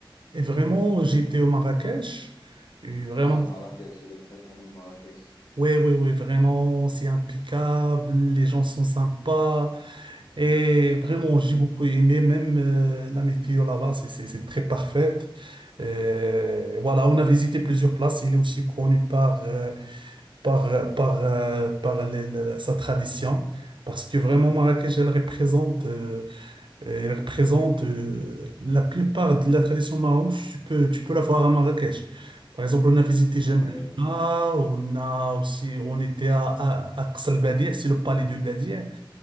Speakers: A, on the right (about 65°); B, on the left (about 45°).
A: Et vraiment, j'étais au Marrakech. Et vraiment,
B: Ah, Marrakech, elle est très connue, Marrakech.
A: Ouais, ouais, ouais, vraiment, c'est impeccable, les gens sont sympas. Et vraiment, j'ai beaucoup aimé, même euh, la météo là-bas, c'est c'est- c'est très parfaite. Euh, voilà, on a visité plusieurs places. Il est aussi connu par, euh, par, euh, par, euh, par les- les- sa tradition, parce que vraiment Marrakech, elle représente euh, euh, Elle représente euh, la plupart de la tradition marocaine. Tu peux, tu peux la voir à Marrakech. Par exemple, on a visité Jemna,
B: Ah, ouais, ouais.
A: on a aussi, on était à, à, à Qas el Badi'a, c'est le palais du Badia.